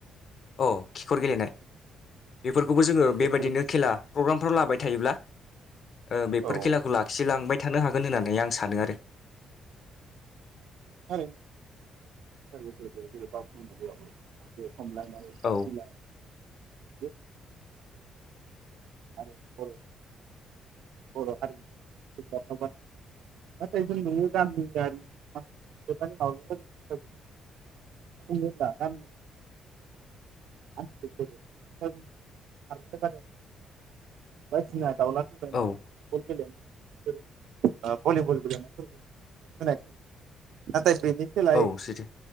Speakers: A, on the left; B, on the right.
A: अ खिखर गेलेनाय बे फोरफोरखौबो जोङो
B: बेफोर
A: बेबायदिनो खेला प्रग्राम फराव लाबाय थायोब्ला ओ बेफोर
B: औ
A: खेलाखौ लाखिलांबाय थानो हागोन होननानै आं सानो आरो
B: म <unintelligible> <unintelligible>
A: औ
B: बे आरो औ बर' हारिजाथावानो नाथाय जों नुयो गामियारि माख म बुङोब्ला गामि आनसकार <unintelligible> बायदिना दावला खुंगुर
A: औ
B: फुटबल गेलेनाय भलिबल गे नाथाय बेनि सोलाय
A: औ सैथो